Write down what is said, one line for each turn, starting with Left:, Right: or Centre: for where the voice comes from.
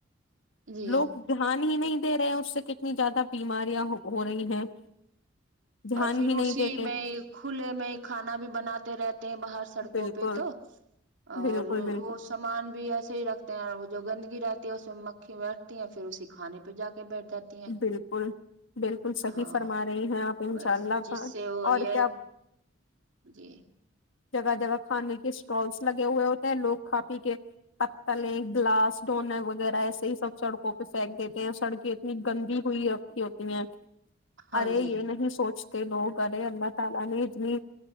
Right: جی
Left: لوگ دھیان <unintelligible> ہی نہیں دے رہے ہیں اس سے کتنی زیادہ بیماریاں ہو رہی ہیں <unintelligible> دھیان
Right: اور پھر
Left: ہی
Right: اسی
Left: نہیں دیتے
Right: میں کھلے میں کھانا بھی بناتا <unintelligible> رات <inaudible> <inaudible> ہیں باہر سڑکوں
Left: بالکل
Right: پہ تو اور
Left: بالکل بالکل
Right: وہ سامان بھی ایسے ہی رکھتے ہیں اور وہ جو گندگی رہتی <unintelligible> اس میں مکھی بیٹھتی ہیں پھر اسی کھانے پہ جا <unintelligible> جاتی ہیں
Left: بالکل بالکل صحیح
Right: ہاں
Left: فرما رہی ہیں آپ <unintelligible>
Right: بس جس
Left: خان
Right: سے وہ
Left: اور
Right: یہ
Left: کیا
Right: جی <unintelligible>
Left: جگہ جگہ کھانے کے اسٹالس لگے ہوئے ہوتے ہیں لوگ کھ پی کے پکتلیں گلاس ڈونے وغیرہ ایسے ہی سب سڑکوں پہ پھینک دیتے ہیں سڑکیں اتنی گندی ہوئی رھی ہوتی ہیں <unintelligible>
Right: ہاں
Left: ارے
Right: جی
Left: یہ نہیں سوچتا کے لگ اے اللہ تعالی نے اتنی